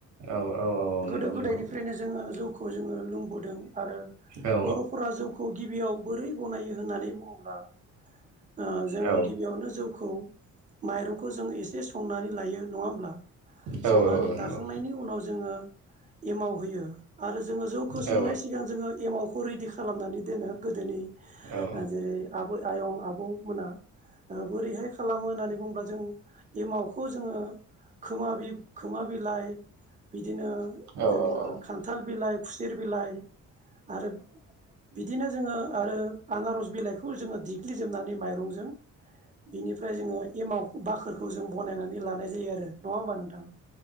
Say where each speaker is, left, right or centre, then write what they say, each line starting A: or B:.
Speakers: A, on the right; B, on the right.
A: औ औ। औ औ
B: गोदो
A: नंगौ
B: गोदायनिफ्रायनो
A: नंगौ
B: जोङो जौखौ जोङो लोंबोदों आरो
A: औ
B: बर'फोरा जौखौ गिबियाव बोरै गनायो होननानै बुङोब्ला ओ जों
A: औ
B: गिबियावनो जौखौ माइरंखौ जों एसे संनानै लायो नङा होमब्ला?
A: औ
B: संनानै
A: औ नंगौ
B: लाखांनायनि उनाव जोङो एमाव होयो आरो जोङो जौखौ सोंनाय
A: औ
B: सिगां जोङो एमावखौ रेडि खालामनानै दोनो गोदोनि
A: औ नंगौ औ नंगौ औ नंगौ औ नंगौ
B: जेरै आबै आयं आबौ मोना बोरैहाय खालामो होननानै बुङोब्ला जों एमावखौ जोङो खोमा खोमा बिलाइ बि बिदिनो
A: औ
B: जोङो खान्थाल बिलाइ खुसेर बिलाइ आरो बिदिनो जोङो आरो आनारस बिलाइखौ जोङो देग्लिजोबनानै माइ रंजों बिनिफ्राय जोङो एमाव बाखोरखौ जों बनायनानै लानाय जायो आरो नङा होमबा नोंथां?